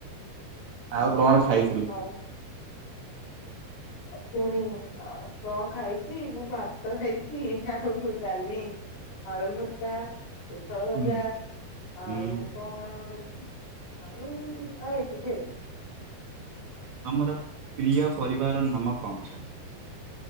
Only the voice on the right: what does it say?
ଆଉ କଣ ଖାଇଥିଲୁ?
ହୁଁ
ହୁଁ
ତମର ପ୍ରିୟ ପରିବା ର ନାମ କଣ?